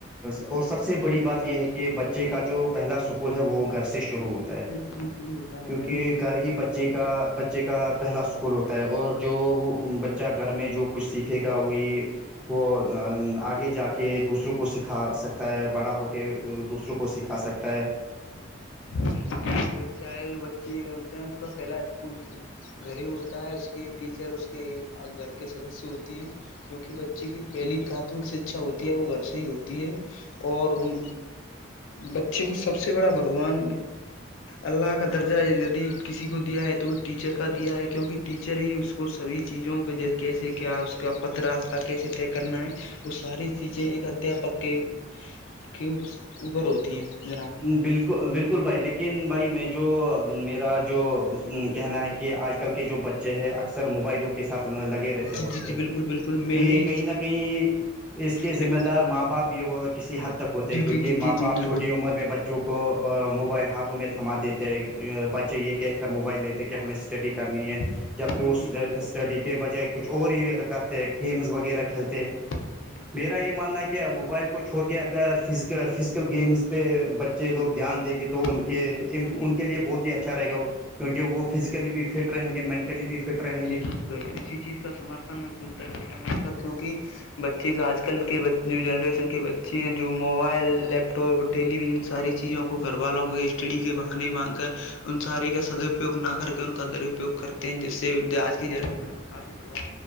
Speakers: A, in the centre; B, on the left.
A: اور سب سے بڑی بات یہ ہے کہ بچے کے کا جو پہلا سکول ہے وہ گھر سے شوع شروع ہوتا ہے
B: سے اسکول شروع ہوتا
A: کیونکہ
B: ہے
A: گھر ہی بچے کا بچے کا پہلا سو اسکول ہوتا ہے اور جو وہ بچہ گھر میں جو کچھ سیکھے گا وہی وہ آگے جا کے دوسروں کو سکھا سکتا ہے بڑا ہو کے دوسروں کو سکھا سکتا ہے
B: بالکلی بچہ ہے جو بچے ہوتے ہیں اس کا پہلا اسکول گھری ہوتا ہے اس کے ٹیچر اس کے گھر کے سدسیہ ہوتی ہیں کیوںکہ بچے کی پہلی پراتمک شکچھا ہوتی ہے وہ گھر سے ہی ہوتی ہے اور ان بچے کو سب سے بڑا بھگوان اللہ کا درجہ دی کسی کو دیا ہے تو وہ ٹیچر کا دیا ہے کیونکہ ٹیچر پچر ہی اس کو سبھی چیزوں کے کیسے کیا ہے اس کا پت راستہ کیسے طے کرنا ہے وہ ساری چیزیں ایک ادھپک کے کے اوپر ہوتی ہیں جنا
A: بالکل بالکل بھائی لیکن بھائی میں جو میرا جو کہنا ہے کہ آج کل کے جو بچے ہیں اکثر موبائلوں کے ساتھ لگے رہتے
B: جی
A: ہوتے
B: جی جی
A: ہیں
B: بالکل بالکل میں
A: کہ
B: بھی
A: کہیں نہ کہیں اس کے ذمہ
B: میں
A: دار ماں باپ بھی ہو کسی حد ک ہوتے ہیں
B: جی
A: کیونکہ
B: جی جی جی
A: ماں باپ
B: جی بالکل
A: چھوٹی عمر میں بچوں کو موبائل ہاتھوں میں تھما دیتے ہیں بچے یہ کہ موبائل لیتے کہ ہمیں اسٹڈی کرنی ہے
B: جی
A: جبکہ اس
B: جی جی جی جی
A: اسٹڈی
B: جی
A: کے بجایے کچھ اور ہی کرتے ہیں گیمز وغیرہ کھیلتے ہیں
B: جی جی
A: میرا یہ ماننا ہے کہ موبائل کو چھوڑ کے اگر فز فزیکل گیمز پہ بچے لوگ دھیان دیں گے تو تو ان
B: جی
A: کے
B: جی بڑھیا
A: ان کے لیے بہت ہی اچھا رہے گا کیونکہ وہ فزیکلی بھی فٹ رہیں گے مینٹلی بھی فٹ رہیں
B: جی
A: گے
B: جی بھ اسی چیز کا سمرتھن میں پورتا کرتا ہوں آپ کا کیوںکہ بچے کا آج کل کے جنریشن کے بچے ہیں جو mobile laptop television ساری چیزوں کو گھر والوں کو ایسٹ ڈی کے بہانے مانگ کر ان سارے کا سدو گ نہ کر کے ان کا درپیگ کرتے ہیں جس سے آج کی جنریشن میں کافی پربؤ